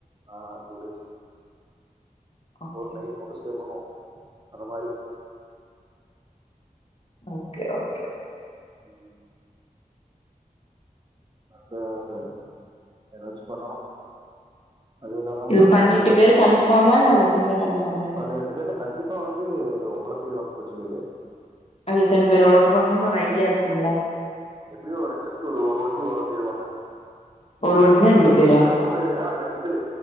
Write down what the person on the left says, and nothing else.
ஓகே
ஓக்கே ஓகே
இது
பதினெட்டு
பேர் கன்ஃபார்மா இல்ல அது எத்தன பேர் கன்ஃபார்மு
அங்க எத்தன பேரோட போறன்னு ஒரு ஐடியா இருக்கும்லா
ஒரு வண்டினா
ரெண்டு
பேரா